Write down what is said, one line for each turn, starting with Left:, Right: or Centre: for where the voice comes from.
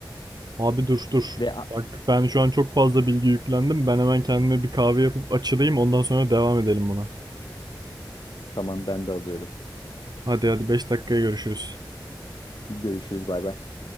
Right: Abi dur dur.
Left: Ve "A-
Right: Bak ben şu an çok fazla bilgi yüklendim. Ben hemen kendime bir kahve yapıp açılayım. Ondan sonra devam edelim buna.
Left: tamam ben de alıyorum.
Right: Hadi hadi Beş dakikaya görüşürüz.
Left: Görüşürüz bay bay.